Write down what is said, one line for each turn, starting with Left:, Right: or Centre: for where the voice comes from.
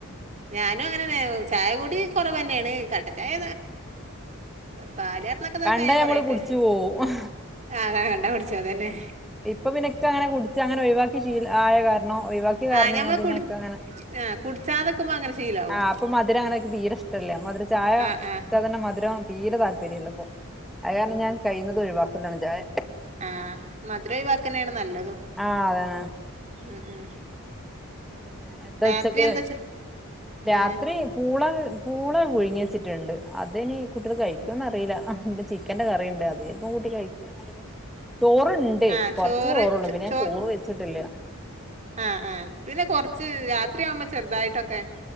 Right: ഞാനും അങ്ങനെ ചായ കൂടി കുറവ് തന്നെയാണ് കട്ടചായ പാചായിരന്നൊക്കെതൊക്ക
Centre: കണ്ടാ
Right: ആയി
Centre: ഞമ്മള്
Right: കൊറൊക്കെ
Centre: കുടിച്ചു പോവും
Right: ആഹങ്ങ കണ്ടാ പിടിച്ച അതന്നെ.
Centre: ഇപ്പൊ പിന്നെ ഇക്ക് അങ്ങനെ കുടിച്ച് അങ്ങനെ ഒഴിവാക്കി ശീല ആയ കാരണം ഒഴിവാക്ക കാര
Right: ആഹ് ഞമ്മള്
Centre: ഞാൻ പിന്നനെ
Right: കുടി ആഹ് കുടിച്ചാതക്കുമ്പോ അങ്ങനെ ശീലാവും
Centre: ആ് അപ്പ മധുരംങ്ങനൊക്കെ തീരെ ഇഷ്ടമല്ല മധുര ചായ
Right: ആഹ്
Centre: കുടിച്ചാൽ
Right: ആഹ്
Centre: തന്നെ മധുരം തീരെ താല്പര്യമില്ല അപ്പ അതാണ് ഞാൻ കഴിയുന്നത് ഒഴിവാക്ക കൊല്ലാണ് ജായ
Right: ആഹ മധുരൈവാക്കന്നെയാണ് നല്ലതും
Centre: ആഹ അതന്നെ
Right: മം് ഉം
Centre: പിന്നെ എന്താ
Right: രാത്രി
Centre: വച്ചക്ക്
Right: എന്താ ചോ
Centre: രാത്രി
Right: ഏഹ്
Centre: പൂള കൂള പുഴുങ്ങി വച്ചിട്ടുണ്ട് അതിനി കുട്ടികള് കഴിക്കോന്ന് അറിയില്ല. ഇ ചിക്കന്റെ കറിയുണ്ട് അത് ചപ്പം കൂട്ടി കഴിക്കുകയാണെങ്കേ. ചോറുണ്ട്
Right: ആഹ്
Centre: കൊറച്ച്
Right: ചോറ്
Centre: ചോറള്ളൂ പിന്നെ ഞൻ
Right: ചോ
Centre: ചോറ് വെച്ചിട്ടില്ല
Right: ആഹ് ആഹ പിന്നെ കൊറച്ച് രാത്രിയാവുമ്പോ ചെറുതായിട്ടൊക്കെ